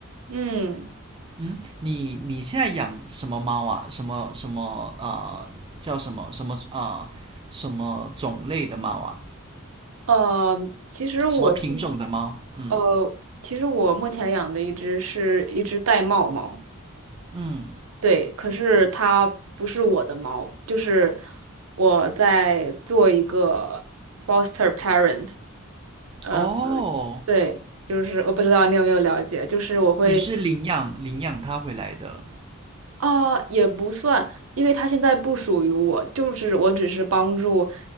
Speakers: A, on the right; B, on the right.
A: 嗯，
B: 嗯，你你现在养什么猫啊？什么什么呃，叫什么什么呃，什么种类的猫啊？
A: 呃，其实我现，
B: 什么品种的猫？嗯
A: 呃，其实我目前养的一只是一只玳瑁猫，
B: 嗯，
A: 对，可是它不是我的猫，就是我在做一个 foster parent。呃，
B: 哦，
A: 对，就是我不知道你有没有了解，就是我会
B: 你是领养领养它回来的。
A: 啊，也不算，因为它现在不属于我，就是我只是帮助，